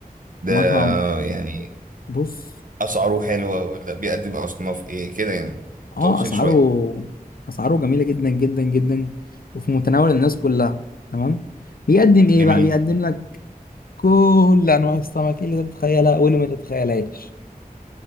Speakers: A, on the right; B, on the left.
A: ده
B: مطعم
A: يعني
B: بص
A: أسعاره حلوة ولا بيقدم أصناف إيه كده يعني
B: اه
A: تفاصيل
B: اسعاره
A: شوية
B: اسعاره جميلة جدا جدا جدا وفي متناول الناس كلها تمام بيقدم ايه
A: جميل
B: بقى بيقدم لك كل انواع السمك اللي تتخيلها واللي ما تتخيلهاش